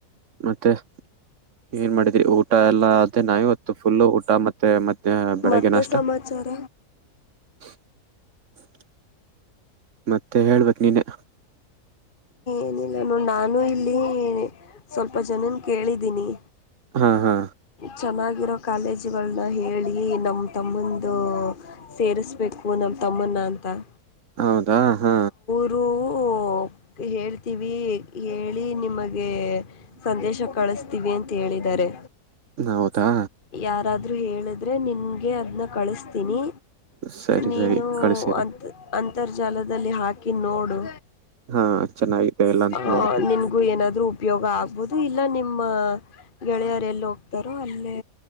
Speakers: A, on the right; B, on the left.
A: ಮತ್ತೆ <inaudible> ಏನ್ ಮಾಡಿದ್ರಿ ಊಟ ಎಲ್ಲಾ ಮತ್ತೆ ನಾ ಇವತ್ತ ಫುಲ್ಲ ಊಟ ಮತ್ತೆ ಮದ್ಯಾನ ಬೆಳಗ್ಗೆ
B: ಮತ್ತೆ
A: ನಾಷ್ಟಾ
B: ಸಮಾಚಾರ
A: <unintelligible> ಮತ್ತೆ ಹೇಳ್ಬೇಕ ನೀನೇ.
B: ಏನಿಲ್ಲ ನೋಡ ನಾನು ಇಲ್ಲಿ ಸ್ವಲ್ಪ ಜನನ್ ಕೇಳಿದೀನಿ.
A: ಹಾ ಹಾ
B: ಚೆನ್ನಾಗಿರೋ ಕಾಲೇಜುಗಳನ್ನ ಹೇಳಿ ನಮ್ ತಮ್ಮಂದು ಸೇರಿಸ್ಬೇಕು ನಮ್ಮ ತಮ್ಮಣ ಅಂತ
A: ಹೌದಾ ಹಾ
B: ಒಹ್ ಓಹ ಹೇಳ್ತೀವಿ ಹೇಳಿ ನಿಮಗೆ ಗೆ ಸಂದೇಶ ಕಳಿಸ್ತೀವಿ ಅಂತ ಹೇಳಿದ್ದಾರೆ
A: ಹೌದಾ
B: ಯಾರಾದ್ರೂ ಹೇಳಿದ್ರೆ ನಿನ್ಗೆ ಅದನ್ನ ಕಳಿಸತ ಕಳಸತಿನಿ
A: ಸರಿ
B: ನೀನು
A: ಸರಿ ಕಳ್ಸಿರಿ
B: ಅಂತ ಅಂತರ್ಜಾಲದಲ್ಲಿ ಹಾಕಿ ನೋಡು.
A: ಹಾ ಚೆನ್ನಾಗಿದೆ ಎಲ್ಲ ಅಂತ
B: ಹ
A: ನೋಡ್ತೇನೆ
B: ನಿನ್ಗೂ ಏನಾದ್ರರು ಉಪಯೋಗ ಆಗ್ಬೋದು ಇಲ್ಲ ನಿಮ್ಮ ಗೆಳೆಯರು ಎಲ್ಲಿ ಹೋಗ್ತಾರೋ ಅಲ್ಲೇ